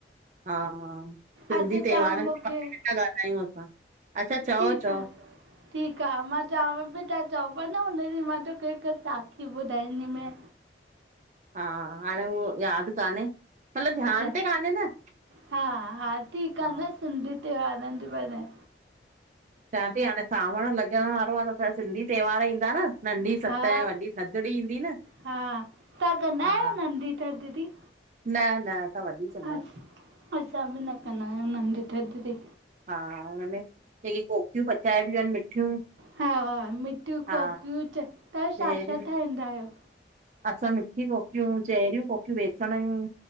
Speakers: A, on the right; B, on the right.
A: हा हा, सिंधी
B: अॼु तव्हां
A: त्योहारनि
B: मूंखे
A: जे बारे में था ॻाल्हायूं असां, अच्छा, चओ
B: ठीकु
A: चओ
B: आहे ठीकु आ, मां चवां पई, तव्हां चओ पिया न हुन ॾींंहं, मां तोखे हिक साखी ॿुधाईंदी में
A: हा, हाणे उहो यादि कान्हे, मतिलबु ध्यान
B: अच्छा
A: ते कान्हे न
B: हा हा, ठीकु
A: हा
B: आ न, सिंधी त्यौहारिन जे बारे
A: चां थी हाणे, सावण लॻण वारो आ, त सिंधी त्योहार ईंदा न नंढी सत
B: हा
A: ऐं वॾी थधड़ी ईंदी न
B: हा, तव्हां कंदा
A: हा
B: आहियो नंढी थधडी?
A: न न असां वॾी कंदा
B: अं
A: आहियूं
B: असां बि न कंदा आयूं नंढी थधड़ी।
A: हा, हुनमें जेकी कोकियूं पचाइबियूं आहिनि मिठियूं।
B: हा, मिठियूं
A: हा
B: कोकियूं तव्हां,
A: चेरियूं
B: छा- छा ठाहींदा आहियो?
A: असां, मिठी कोकियूं, चहरियूं कोकियूं बेसण यूं।